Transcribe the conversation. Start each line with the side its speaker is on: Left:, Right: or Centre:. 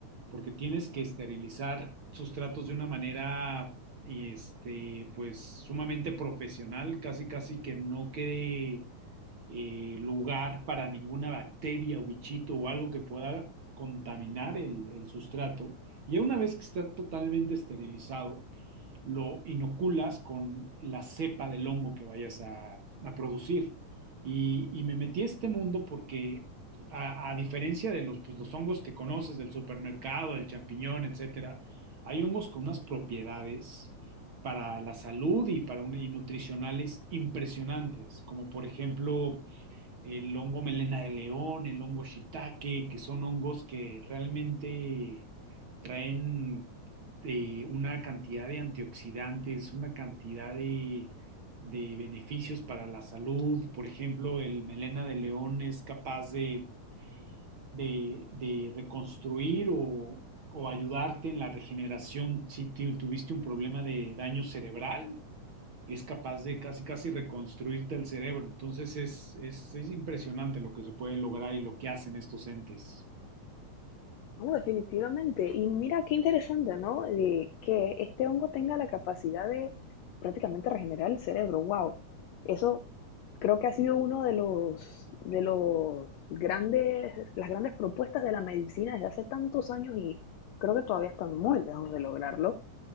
Right: porque tienes que esterilizar sustratos de una manera, este, pues sumamente profesional, casi casi que no quede eh, lugar para ninguna bacteria o bichito o algo que pueda contaminar el, el sustrato. Y ya una vez que está totalmente esterilizado, lo inoculas con la cepa del hongo que vayas a, a producir. Y, y me metí a este mundo porque, a, a diferencia de los, pues, los hongos que conoces del supermercado, del champiñón, etcétera, hay hongos con unas propiedades para la salud y para un- y nutricionales impresionantes, como por ejemplo el hongo melena de león, el hongo shiitake, que son hongos que realmente traen eh, una cantidad de antioxidantes, una cantidad de, de beneficios para la salud. Por ejemplo, el melena de león es capaz de, de- de reconstruir o, o ayudarte en la regeneración si tu- tuviste un problema de daño cerebral es capaz de casi casi reconstruirte el cerebro. Entonces es, es, es impresionante lo que se puede lograr y lo que hacen estos entes.
Left: No, definitivamente. Y mira qué interesante, ¿no? De que este hongo tenga la capacidad de prácticamente regenerar el cerebro. Wow. Eso creo que ha sido uno de los de los grandes las grandes propuestas de la medicina desde hace tantos años y creo que todavía están muy lejos de lograrlo.